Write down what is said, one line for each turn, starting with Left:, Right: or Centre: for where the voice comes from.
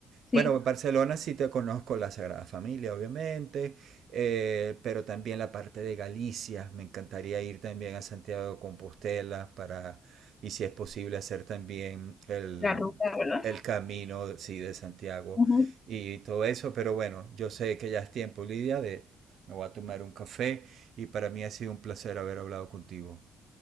Left: Sí,
Right: Bueno, en Barcelona sí te conozco la Sagrada Familia, obviamente, eh, pero también la parte de Galicia. Me encantaría ir también a Santiago de Compostela para, y si es posible, hacer también el,
Left: la ruta, ¿verdad?
Right: el camino sí, de Santiago
Left: Uh -huh.
Right: y todo eso. Pero bueno, yo sé que ya es tiempo, Lidia, de me voy a tomar un café y para mí ha sido un placer haber hablado contigo.